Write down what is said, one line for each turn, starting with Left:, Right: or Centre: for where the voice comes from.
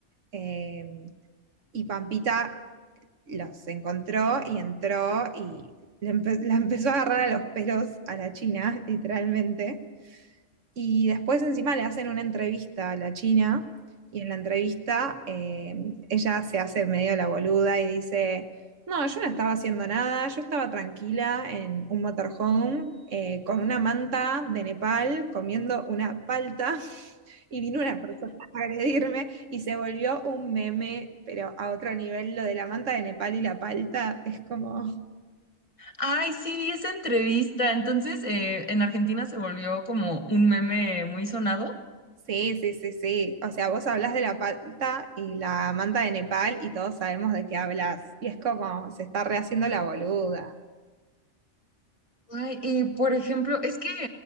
Right: eh, y Pampita los encontró y entró y le empe- la empezó a agarrar a los pelos a la China, <laughs> literalmente. Y después encima le hacen una entrevista a la China y en la entrevista eh, ella se hace medio la boluda y dice, no, yo no estaba haciendo nada, yo estaba tranquila en un motorhome eh, con una manta de Nepal comiendo una palta y vino una persona <laughs> a agredirme y se volvió un meme, pero a otro nivel, lo de la manta de Nepal y la palta es como...
Left: Ay, sí, vi esa entrevista. Entonces, eh, en Argentina se volvió como un meme muy sonado
Right: Sí, sí, sí, sí. O sea, vos hablas de la palta y la manta de Nepal y todos sabemos de qué hablas. Y es como, se está rehaciendo la boluda.
Left: Ay, y por ejemplo, es que